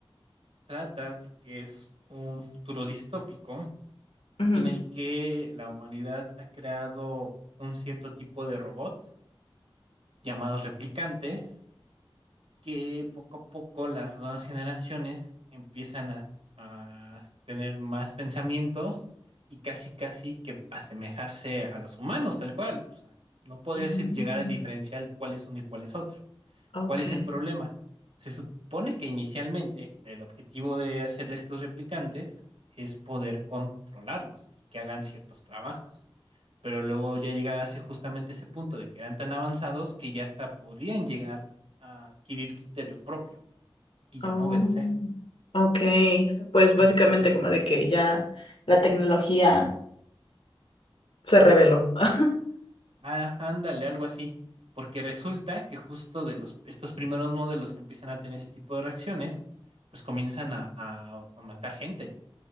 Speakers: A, on the right (about 85°); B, on the left (about 80°).
A: trata de que es un futuro distópico
B: Ujú.
A: en el que la humanidad ha creado un cierto tipo de robot llamados replicantes que poco a poco las nuevas generaciones empiezan a, a tener más pensamientos y casi casi que asemejarse a los humanos tal cual. O sea, no podrías
B: Mm,
A: llegar a diferenciar cuál es uno y cuál es otro.
B: Ok.
A: ¿Cuál es el problema? Se supone que inicialmente el objetivo de hacerle estos replicantes es poder controlarlos y que hagan ciertos trabajos. Pero luego ya llegase justamente ese punto de que eran tan avanzados que ya hasta podrían llegar a adquirir criterio propio y ya
B: Oh,
A: no obedecer.
B: ok. Pues básicamente
A: Entonces,
B: como de que ya la tecnología se reveló. <laughs>
A: ah, ándale, algo así. Porque resulta que justo de los, estos primeros modelos que empiezan a tener ese tipo de reacciones, pues comienzan a, a- a matar gente